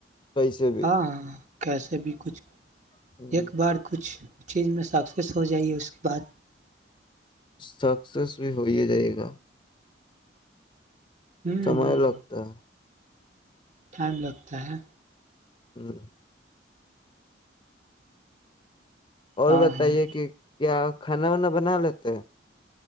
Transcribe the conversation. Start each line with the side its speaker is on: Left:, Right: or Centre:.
Left: کیسے
Right: ہاں ہاں ہاں کیسے بھی کچھ
Left: بھی
Right: ایک بار کچھ چیز میں سکسیس ہو جائیے اس کے بعد
Left: سکسیس بھی ہو ہی جائے گا
Right: ہوں
Left: سمئے لگتا ہے
Right: ٹائم لگتا ہے
Left: ہوں اور
Right: ہاں
Left: بتائیے
Right: ہاں
Left: کہ کیا کھانا وانا بنا لیتے ہیں